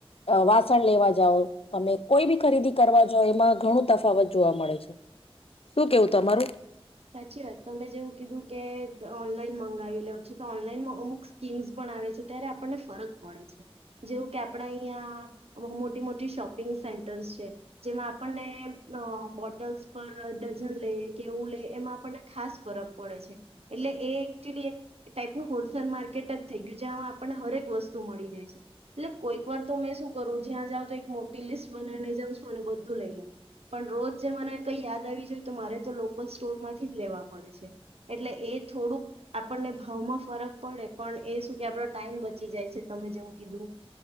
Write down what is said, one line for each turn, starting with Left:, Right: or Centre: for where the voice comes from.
Left: વાસણ લેવા જાાવ તમે કોઈ બી ખરીદી કરવા જો એમાં ઘણું તફાવત જોવા મળે છે શું કેવું તમારું
Right: સાચી વાત તમે જેવું કીધું કે ઓનલાઈન મંગાવી લઉ છો તો ઓનલાઈનમાં અમુક સ્કીમ્સ પણ આવે છે ત્યારે આપણને ફરક પડે છે જેવું કે આપડા અહિયાયા મોટી મોટી શોપિંગ સેન્ટર્સ છે જેમાં આપણને બોટલ્સ પર ડઝન લઈએ કે એવું એમાં આપણને ખાસ ફરક પડે છે એટલે એ ટાઈપનું હોલસેલ માર્કેટ જ થઈ ગયું જ્યામાં આપણને હરેક વસ્તુ મળી જાય છે એટલે કોઈક વાર તો મેં શું કરું જ્યાં જાઉ તો એક મોટી લિસ્ટ બનાને જાઉં છું અને બધું લઈ લો પણ રોજ જે મને કઈ યાદ આવી જોય તો મારે તો સ્ટોર માંથી જ લેવા પડે છે એટલે એ થોડુંક આપણને ભાવમાં ફરક પડે પણ એ શું કે આપણો ટાઈમ બચી જાય છે તમે જેવું કીધું